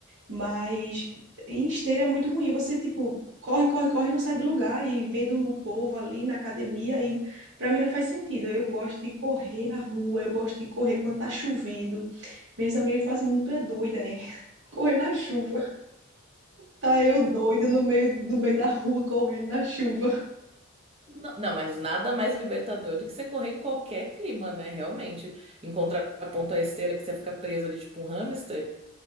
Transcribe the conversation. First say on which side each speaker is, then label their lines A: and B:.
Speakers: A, on the right; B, on the right.
A: Mas em esteira é muito ruim, você tipo corre, corre, corre, e não sai do lugar e vendo o povo ali na academia aí para mim não faz sentido. Eu gosto de correr na rua, eu gosto de correr quando tá chovendo. Minhas amigas falam assim, tu é doida, hein? <laughs> Correr na chuva. Tá eu doida no meio, no meio da rua, correndo na chuva.
B: Não, não, mas nada mais libertador do que você correr em qualquer clima, né? Realmente. Em contraponto à esteira, que você fica preso ali, tipo um hamster.